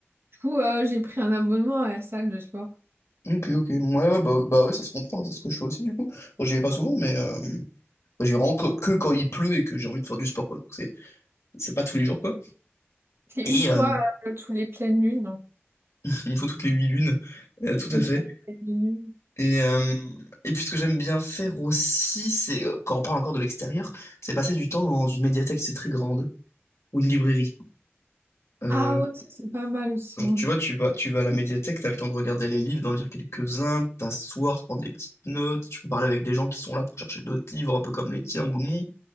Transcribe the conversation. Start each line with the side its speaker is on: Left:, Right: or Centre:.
Right: Du coup, euh, j'ai pris un abonnement à la salle de sport.
Left: Ok, ok. Ouais, ouais, bah, bah ouais, ça se comprend, c'est ce que je fais aussi du coup. Bon, j'y vais pas souvent, mais euh, bah, j'y vais vraiment que, que quand il pleut et que j'ai envie de faire du sport, quoi. Donc, c'est, c'est pas tous les jours, quoi.
Right: C'est une
Left: Et
Right: fois
Left: euh,
Right: euh, tous les pleines lunes, donc
Left: <laughs> une fois toutes les huit lunes, euh, tout à
Right: une
Left: fait.
Right: fois toutes les pleines lunes.
Left: Et, euh, et puis ce que j'aime bien faire aussi, c'est, euh, quand on parle encore de l'extérieur, c'est passer du temps dans une médiathèque, c'est très grande, ou une librairie. Euh,
Right: Ah ouais, ça c'est pas mal aussi.
Left: genre,
Right: hein.
Left: tu vois, tu vas, tu vas à la médiathèque, t'as le temps de regarder les livres, d'en lire quelques-uns, t'asseoir, te prendre des petites notes, tu peux parler avec des gens qui sont là pour chercher d'autres livres, un peu comme les tiens ou non.